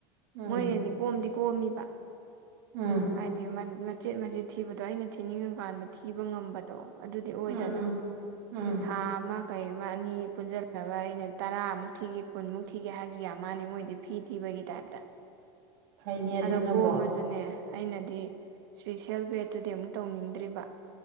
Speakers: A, on the right; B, on the right.
A: ꯎꯝ
B: ꯃꯣꯏꯅꯗꯤ ꯀꯣꯝꯗꯤ ꯀꯣꯝꯃꯤꯕ
A: ꯎꯝ
B: ꯍꯥꯏꯗꯤ ꯃꯟ ꯃꯆꯤꯠ ꯃꯆꯤꯠ ꯊꯤꯕꯗꯣ ꯑꯩꯅ ꯊꯤꯅꯤꯡꯉꯀꯥꯟꯗ ꯊꯤꯕ ꯉꯝꯕꯗꯣ ꯑꯗꯨꯗꯤ ꯑꯣꯏꯗꯅ
A: ꯎꯝ ꯎꯝ
B: ꯊꯥ ꯑꯃ ꯀꯩ ꯑꯃ ꯑꯅꯤ ꯄꯨꯟꯖꯟꯂꯒ ꯑꯩꯅ ꯇꯔꯥꯃꯨꯛ ꯊꯤꯒꯤ ꯀꯨꯟꯃꯨꯛ ꯊꯤꯒꯦ ꯍꯥꯏꯔꯖꯨ ꯌꯥ ꯃꯥꯟꯅꯦ ꯃꯣꯏꯗꯤ ꯐꯤ ꯊꯤꯕꯒꯤ ꯇꯥꯏꯞꯇ
A: ꯐꯩꯅꯦ ꯑꯗꯨꯅꯕꯣ
B: ꯑꯗꯣ ꯀꯣꯝꯃꯖꯨꯅꯦ ꯑꯩꯅꯗꯤ ꯏ꯭ꯁꯄꯤꯁꯦꯜ ꯕꯦꯠꯇꯨꯗꯤ ꯑꯃꯨꯛ ꯇꯧꯅꯤꯡꯗ꯭ꯔꯤꯕ